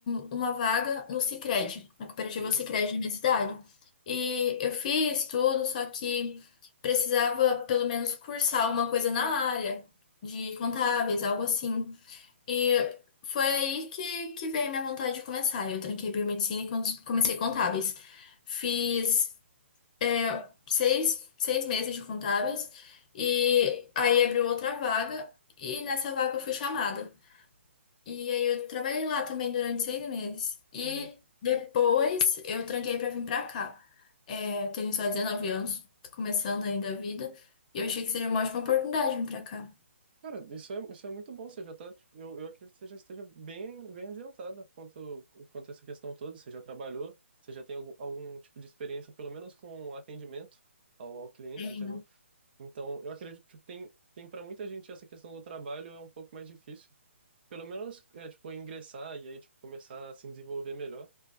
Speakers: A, on the left (about 35°); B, on the right (about 50°).
A: um, uma vaga no Sicredi, na cooperativa
B: Uhum,
A: Sicredi da minha cidade. E eu fiz tudo, só que precisava pelo menos cursar alguma coisa na área de contábeis, algo assim. E foi aí que, que veio a minha vontade de começar. Eu tranquei biomedicina e con- comecei contábeis. Fiz é, seis, seis meses de contábeis e aí abriu outra vaga e nessa vaga eu fui chamada. E aí eu trabalhei lá também durante seis meses. E
B: uhum.
A: depois eu tranquei pra vir pra cá. É, eu tenho só 19 anos, tô começando ainda a vida. E eu achei que seria uma ótima oportunidade vir pra cá.
B: Cara, isso é, isso é muito bom. Você já tá, tipo, eu, eu acredito que você já esteja bem, bem adiantada quanto, quanto a essa questão toda. Você já trabalhou, você já tem algum, algum tipo de experiência, pelo menos com atendimento ao, ao cliente,
A: Tem,
B: entendeu? Então, eu acredito que tem, tem para muita gente essa questão do trabalho é um pouco mais difícil. pelo menos, é, tipo, ingressar e aí, tipo, começar a se desenvolver melhor.